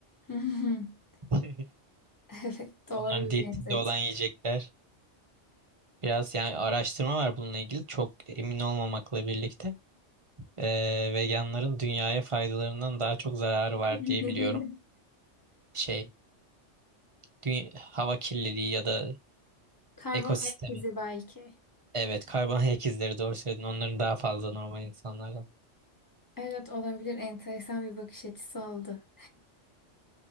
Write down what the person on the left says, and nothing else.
<laughs>
Evet doğru
bir
benzet.
<laughs>
Karbon
ayak izi belki.
Evet olabilir. Enteresan bir bakış açısı oldu.